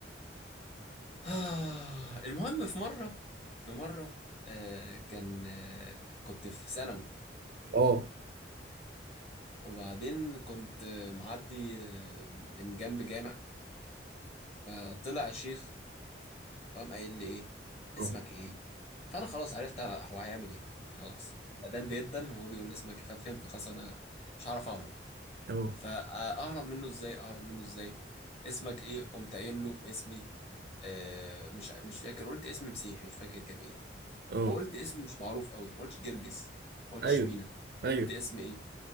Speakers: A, on the left (about 35°); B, on the right (about 55°).
A: <sighs> المهم في مره في مره آه كان آه كنت في ثانوي
B: اه
A: وبعدين كنت آه، معدي آه، من جنب جامع فطلع شيخ وقام قايل لي ايه
B: اه
A: اسمك ايه فانا خلاص عرفت هو هيعمل ايه خلاص بدان بيدن وهو بيقول لي اسمك ايه ففهمت خلاص انا مش هعرف اهرب
B: اه
A: فاهرب منه ازاي اهرب منه ازاي اسمك ايه قمت قايل له اسمي آه مش مش فاكر قلت اسم مسيحي مش فاكر كان ايه
B: <laughs> اه
A: وقلت اسم مش معروف قوي ما قلتش جرجس ما قلتش
B: ايوه
A: مينا
B: ايوه
A: قلت اسم ايه